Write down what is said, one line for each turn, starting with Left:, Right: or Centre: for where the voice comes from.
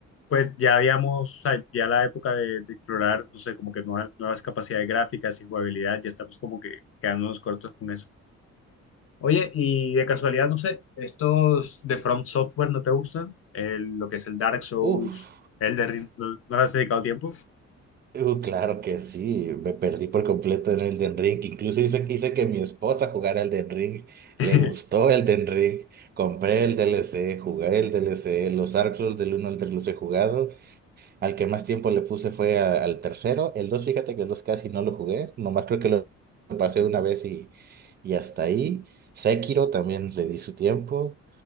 Left: pues ya habíamos, o sea, ya la época de, de explorar, no sé, como que nuevas, nuevas capacidades gráficas y jugabilidad, ya estamos como que quedándonos cortos con eso. Oye, y de casualidad, no sé, ¿estos de From Software no te gustan? El- lo que es el Dark Souls,
Right: Uf.
Left: el de ¿no, no le has dedicado tiempo?
Right: Uh, claro que sí, me perdí por completo en el Den Ring. Incluso hice, hice que mi esposa jugara el Den Ring. Le
Left: <laughs>
Right: gustó el Den Ring. Compré el D L C jugué el D L C Los Dark Souls del uno al 3 los he jugado. Al que más tiempo le puse fue a- al tercero. El 2 fíjate que el 2 casi no lo jugué. Nomás creo que lo pasé una vez y, y hasta ahí. Sekiro también le di su tiempo.